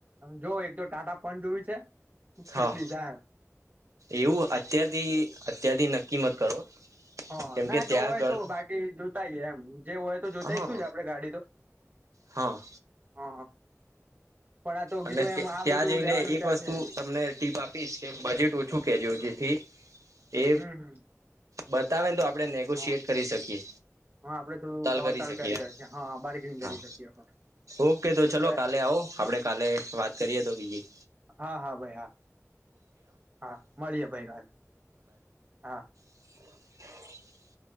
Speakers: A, on the right; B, on the right.
A: જો એક તો ટાટા પચ જોવી છે સિફટ
B: હા
A: ડિજાયર
B: એવું અત્યારથી અત્યારથી નક્કી મત કરો
A: હા
B: કેમ
A: ના
B: કે
A: એ
B: ત્યાં
A: તો હોય તો બાકી જોતા આઈ એમ જે હોય તો જોતાઈ
B: હા
A: શું જ આપડે ગાડી તો
B: હા
A: હા પણ આ તો કીધું
B: અને
A: એમ આ
B: ત્યાં
A: બધું
B: જઈને
A: લેવાનો વિચાર
B: એક વસ્તુ
A: છે
B: તમને ટીપ આપીશ કે બજેટ ઓછું જ્યો જેથી એ
A: હમ હમ
B: બતાવે ને તો આપડણે નેગોશિયટ
A: હા
B: કરી શકીએ
A: હા આપડે થોડું ભાવતાલ
B: કરી શકીએ
A: કરીએં
B: એમ
A: છે હા બાર્ગેનિંગ
B: હા
A: કરી શકીએ આપણે
B: ઓકે તો
A: એટલે
B: ચલો કાલે આવો
A: હા
B: આપડે કાલે વાત કરીએ તો બીજી
A: હા હા ભાઈ હા હા મળીએ ભાઈ કાલ હા
B: <inaudible>